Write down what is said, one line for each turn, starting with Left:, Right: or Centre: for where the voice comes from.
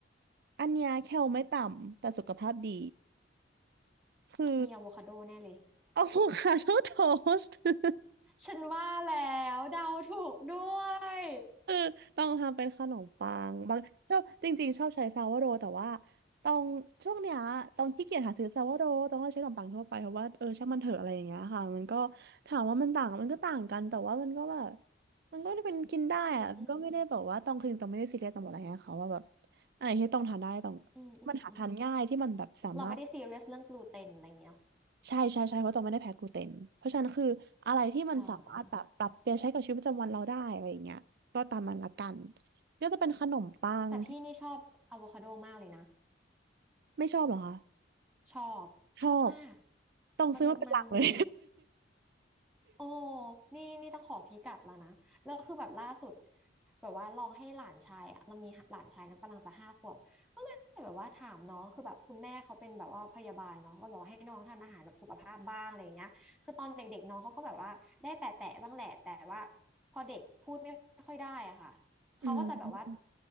Right: อันเนี้ยแคลไม่ต่ำแต่สุขภาพดีคือ
Centre: มีอะโวคาโดแน่เลย
Right: อะโวคาโดโทสต์ <laughs>
Centre: ฉันว่าแล้วเดาถูกด้วย
Right: คือต้องทำเป็นขนมปังบางชอบจริงๆชอบใช้ซาวโดแต่ว่าต้องช่วงเนี้ยต้องขี้เกียจหาซื้อซาวโดต้องใช้ขนมปังทั่วไปเพราะว่าเออช่างมันเถอะอะไรอย่างเงี้ยค่ะมันก็ถามว่ามันต่างมันก็ต่างกันแต่ว่ามันก็แบบมันก็เป็นกินได้อะมันก็ไม่ได้แบบว่าต้องคือต้องไม่ได้ซีเรียสต้องบอกอะไรเงี้ยเขาว่าแบบ
Centre: อืมอืม
Right: อะไรที่ต้องทานได้ต้อง
Centre: อืมอืม
Right: มันหาทานง่ายที่มันแบบสามารถ
Centre: เราไม่ได้ซีเรียสเรื่องกลูเตนอะไรอย่างเงี้ยเนาะ
Right: ใช่ใช่ใช่เพราะตองไม่ได้แพ้กลูเตนเพราะฉะนั้นคืออะไรที่มันสามารถแบบปรับเปลี่ยนใช้กับชีวิตประจำวันเราได้อะไรอย่างเงี้ยก็ตามมันละกัน
Centre: อ่า
Right: ก็จะเป็นขนมปังที่
Centre: แต่พี่นี่ชอบอะโวคาโดมากเลยนะ
Right: ไม่ชอบเหรอคะ
Centre: ชอบชอบมาก
Right: ชอบต้องซื้อมาเป็นหลักเลย
Centre: มันมันมันดี โอ้นี่นี่ต้องขอพิกัดแล้วนะแล้วคือแบบล่าสุดแบบว่าลองให้หลานชายอะเรามีหลานชายนะกำลังจะห้าขวบก็เลยแบบว่าถามน้องคือแบบคุณแม่เขาเป็นแบบว่าพยาบาลเนาะก็บอกว่าให้น้องทานอาหารแบบสุขภาพบ้างอะไรอย่างเงี้ยคือตอนเด็กๆน้องเขาก็แบบว่าได้แตะแตะบ้างแหละแต่ว่าพอเด็กพูดไม่ค่อยได้อะค่ะเขาก็จะแบบว่า
Right: <laughs> อืม